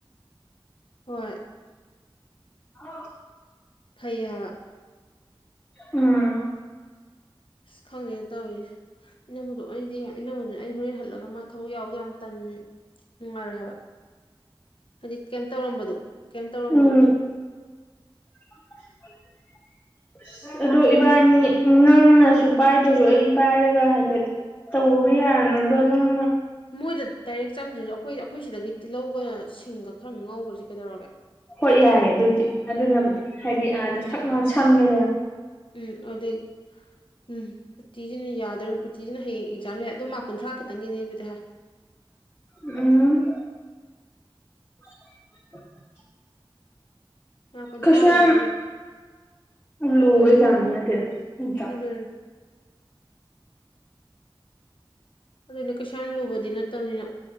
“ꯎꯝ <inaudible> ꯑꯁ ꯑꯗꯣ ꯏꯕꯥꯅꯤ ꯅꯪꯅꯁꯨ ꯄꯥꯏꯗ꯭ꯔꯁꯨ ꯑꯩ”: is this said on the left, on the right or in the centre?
Left